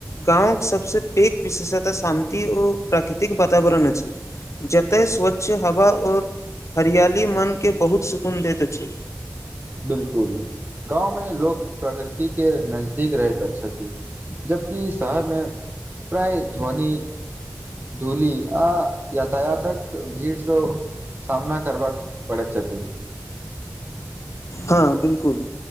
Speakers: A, on the left; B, on the right.
A: गाँंवक सबसँ पेघ विशेषता शान्ति ओ प्राकृतिक वातावरण अछि जतेय स्वच्छ हवा आओर हरियाली मन के बहुत सुकून देैत अछि
B: बिल्कुल गाँवमे लोक प्रकृति के नजदीक रहैत छथि जबकि शहरमे प्राय ध्वनि धूली आ यातायातक भीड़सँ सामना करबाक पड़ैत छथि
A: हँ बिल्कुल